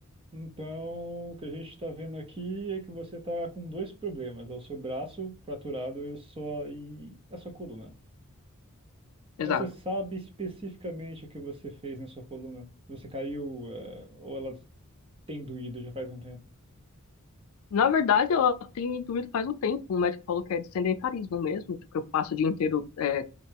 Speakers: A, on the right; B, on the left.
A: Então, o que a gente está vendo aqui é que você está com dois problemas, é o seu braço fraturado e, o sua, e a sua coluna.
B: Exato.
A: Você sabe especificamente o que você fez na sua coluna? Você caiu, eh, ou ela tem doído já faz um tempo?
B: Na verdade, eu tenho intuído faz um tempo. O médico falou que é de sedentarismo mesmo, porque eu passo o dia inteiro é,